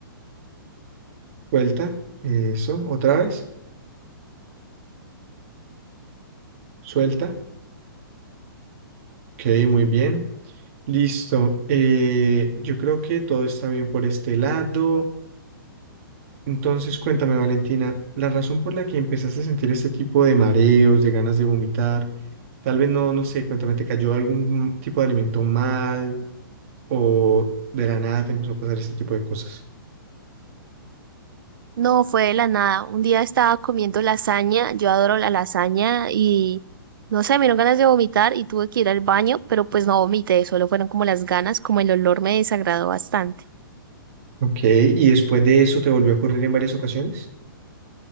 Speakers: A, on the right (about 40°); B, on the right (about 70°).
A: suelta, eso, otra vez, suelta, ok, muy bien, listo. eh, yo creo que todo está bien por este lado. Entonces, cuéntame, Valentina, la razón por la que empezaste a sentir este tipo de mareos, de ganas de vomitar, tal vez no, no sé, cuéntame, ¿te cayó algún tipo de alimento mal o de la nada te empezó a pasar este tipo de cosas?
B: No, fue de la nada. Un día estaba comiendo lasaña, yo adoro la lasaña y no sé, me dieron ganas de vomitar y tuve que ir al baño, pero pues no vomité, solo fueron como las ganas, como el olor me desagradó bastante.
A: Ok, ¿y después de eso te volvió a ocurrir en varias ocasiones?